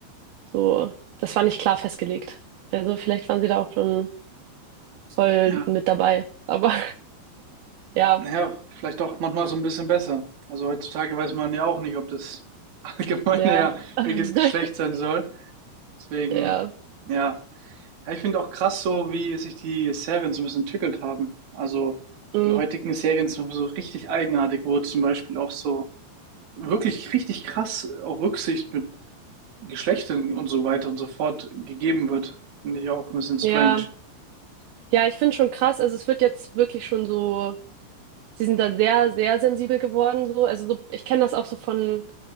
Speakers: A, on the right (about 75°); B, on the right (about 50°).
A: so, das war nicht klar festgelegt. Also vielleicht waren sie da auch schon voll
B: Ja.
A: mit dabei. Aber <laughs> ja,
B: ja vielleicht auch manchmal so ein bisschen besser. Also heutzutage weiß man ja auch nicht, ob das <laughs> allgemeine
A: ja,
B: ja
A: <laughs>
B: welches Geschlecht sein soll. Deswegen,
A: ja,
B: ja. Ja, ich finde auch krass so, wie sich die Serien so ein bisschen entwickelt haben. Also
A: mm,
B: die heutigen Serien sind so richtig eigenartig, wo zum Beispiel auch so wirklich richtig krass auch Rücksicht mit Geschlechtern und so weiter und so fort gegeben wird. Finde ich auch ein bisschen strange.
A: ja, ja, ich finde schon krass. Also es wird jetzt wirklich schon so, sie sind da sehr, sehr sensibel geworden, so. Also so, ich kenne das auch so von